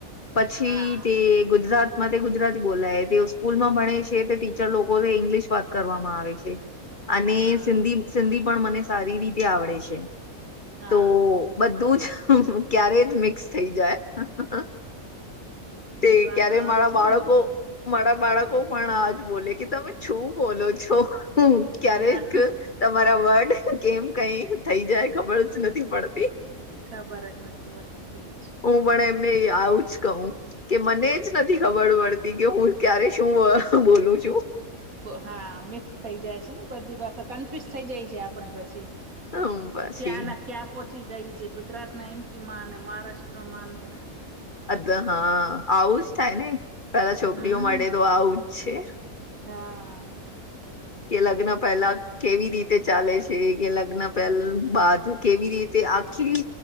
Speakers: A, on the left; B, on the right.
A: પછી
B: હા
A: તે ગુજરાતમાં તે ગુજરાતી બોલાય. તે સ્કૂલમાં ભણે છે, તે ટીચર લોકો ઇંગ્લિશ વાત કરવામાં આવે છે, અને
B: હા
A: સિંધી સિંધી પણ મને સારી રીતે આવડે છે.
B: હા.
A: તો બધું જ. ક્યારે જ મિક્સ થઈ જાય. તે
B: એજ વાંધો
A: ક્યારે
B: આવે
A: મારા
B: છે
A: બાળકો
B: ને
A: મારા બાળકો પણ આજ બોલે કે તમે છું બોલો છો. ક્યારેક
B: હા
A: તમારા વર્ડ કેમ કંઈ થઈ જાય ખબર જ નથી પડતી.
B: <unintelligible>
A: હું પણ એમને એ આવું જ કવ. કે મને જ નથી ખબર પડતી કે હું ક્યારે શું બોલું છ.
B: હા. મિક્સ થઈ જાય છે ને બધી ભાષા, કન્ફ્યુઝ થઇ જાય છીએ આપણે પછી.
A: હમ પછી
B: ક્યાં ના ક્યાં પહોંચી જાય છે. ગુજરાત ના એમ પી માને મહારાષ્ટ્ર માને <unintelligible>
A: <unintelligible> હા આવું જ થાય ને. પહેલા છોકરીઓ
B: હમ
A: માટે તો આવુંજ છે.
B: હા.
A: કે લગ્ન પહેલા કેવી રીતે ચાલે છે, કે લગ્ન પહેલ બાદ કેવી રીતે આખી